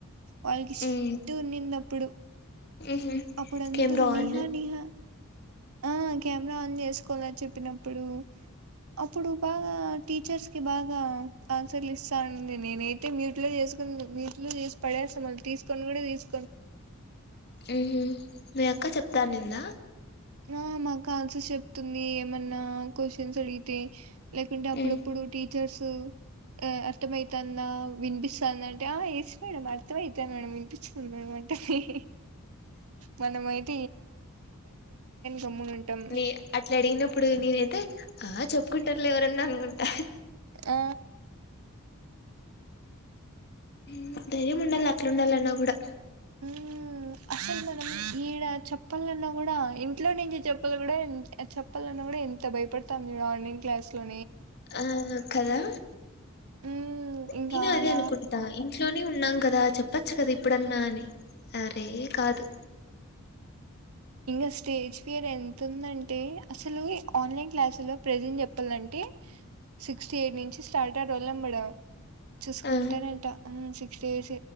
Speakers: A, on the right (about 80°); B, on the left (about 50°).
A: వాళ్ళకి స్ట్రిక్ట్
B: మ్మ్
A: గునిందప్పుడు
B: మ్హూ
A: అప్పుడు
B: ఇంకేం
A: అందరూ
B: రావు
A: నిహా
B: అన్న
A: నిహా ఆ కెమెరా ఆన్ చేసుకు కొందర్ చెప్పినప్పుడు అప్పుడు బాగా టీచర్స్ బాగా ఆన్సర్లు ఇస్తా అనింది నేనయితే మ్యూట్లో చేసుకు కున్ నీట్లు తీసి పడేస మల్ తీసు కొన్ని గూడ తీస్
B: మ్మ్ హు <unintelligible> ఇక్క చెప్తారు నింద
A: ఆ మాకు ఆన్సర్స్ చెప్తుంది ఏమన్నా క్వశ్చన్స్ అడిగితే లేకుంటే అప్పుడప్పుడు
B: మ్మ్
A: టీ వచేసి అర్థం అవుతుంద వినిపిస్తాంద అంటే ఆ ఎస్ మేడం అర్థం అవుతంది మేడమ్ మనము ఐతే గమ్మునుంటాం
B: నే అట్లా అడిగినప్పుడు నేనైతే ఆ చెప్పుకుంటారులే ఎవరన్నా అనుకుంటా
A: ఆ
B: మ్ ధైర్యం ఉండాలి అట్లా ఉండాలన్నా కూడా
A: మ్ అసలు మనం ఈడ చెప్పాలన్నా కూడా ఇంట్లో నుంచి చెప్పలు కూడా చెప్పాలన్నా కూడా ఎంత భయపడతాం చూడు ఈ ఆన్లైన్ క్లాస్ లో
B: ఆ కదా
A: మ్మ్ ఇంకా
B: నేను అదే
A: ఆడ
B: అనుకుంటా ఇంట్లోనే ఉ న్నాం కదా చెప్పచ్చు కదా ఇప్పుడన్నా అని అరె కాదు
A: ఇంకా స్టేజ్ ఫియర్ ఎంత ఉందంటే అసలు ఆన్లైన్ క్లాస్ లో ప్రెసెంట్ ప్పలంటే సిక్స్టీ ఎయిట్ నుంచి స్టార్ట్ త రోల్ నెంబడా చూసుకుంటేనట
B: ఆ
A: మంచి సిక్స్ డేస్